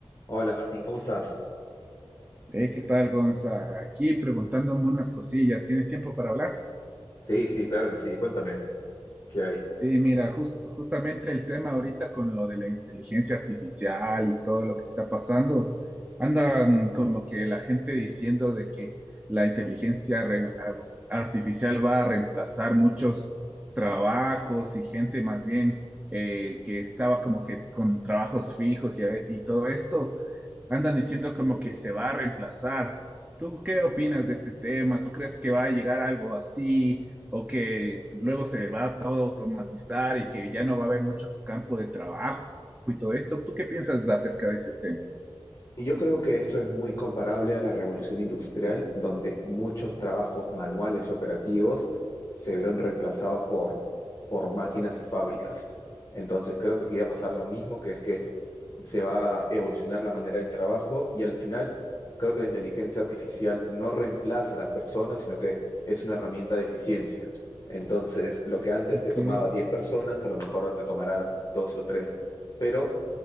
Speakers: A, on the left; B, on the right.
A: Hola Martín, ¿cómo estás?
B: Hey, ¿qué tal, Gonza? Aquí preguntándome unas cosillas. ¿Tienes tiempo para hablar?
A: Sí, sí, claro que sí. Cuéntame, ¿qué hay?
B: Sí, mira, jus- justamente el tema ahorita con lo de la inteligencia artificial y todo lo que está pasando, andan como que la gente diciendo de que la inteligencia re- a- artificial va a reemplazar muchos trabajos y gente más bien eh, que estaba como que con trabajos fijos y, a- y todo esto, andan diciendo como que se va a reemplazar. ¿Tú qué opinas de este tema? ¿Tú crees que va a llegar algo así? o que luego se va todo a automatizar y que ya no va a haber mucho campo de trabajo y todo esto. ¿Tú qué piensas acerca de ese tema?
A: Y Yo creo que esto es muy comparable a la revolución industrial, donde muchos trabajos manuales y operativos se vieron reemplazados por, por máquinas y fábricas. Entonces creo que aquí va a pasar lo mismo, que es que se va a evolucionar la manera del trabajo y al final creo que la inteligencia artificial no reemplaza a las personas, sino que es una herramienta de eficiencia. Entonces, lo que antes
B: Ok,
A: te tomaba 10 personas, a lo mejor ahora te tomará dos o tres, pero